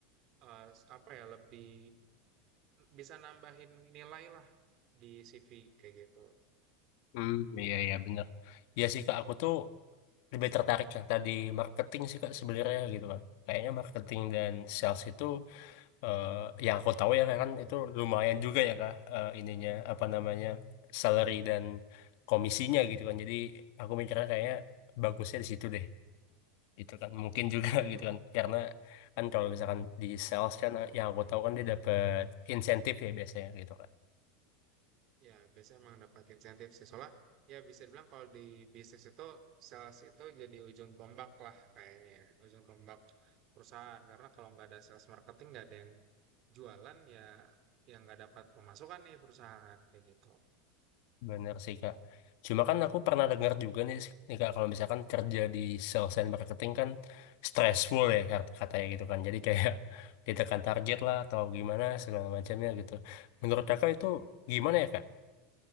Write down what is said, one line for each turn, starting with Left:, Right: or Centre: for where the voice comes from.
Right: eh, apa ya lebih bisa nambahin nilai lah di CV kayak gitu.
Left: Hmm, iya iya bener. Iya sih Kak, aku tuh lebih tertarik yang tadi marketing sih Kak sebenarnya gitu kan. Kayaknya marketing dan sales itu eh yang aku tahu ya kan itu lumayan juga
Right: Mhm.
Left: ya kak eh, ininya apa namanya salary dan komisinya gitu kan jadi aku mikirnya kayaknya bagusnya di situ deh gitu kan mungkin juga
Right: Betul.
Left: <laughs> gitu kan karena kan kalau misalkan di
Right: Heeh.
Left: sales kan yang aku tahu kan dia dapat insentif ya biasanya gitu kan
Right: Ya, biasanya emang dapat insentif sih. Soalnya ya bisa dibilang kalau di bisnis itu sales itu jadi ujung tombak lah kayaknya ya, ujung tombak perusahaan. Karena kalau nggak ada sales marketing, nggak ada yang jualan ya yang nggak dapat pemasukan nih perusahaan kayak gitu.
Left: Bener sih Kak. Cuma kan aku pernah dengar juga nih, nih Kak, kalau misalkan kerja di sales and marketing kan stressful ya
Right: Mhm.
Left: kat- katanya gitu kan. Jadi kayak
Right: Mhm.
Left: <laughs> ditekan target lah atau gimana segala macamnya gitu. Menurut Kakak itu gimana ya Kak?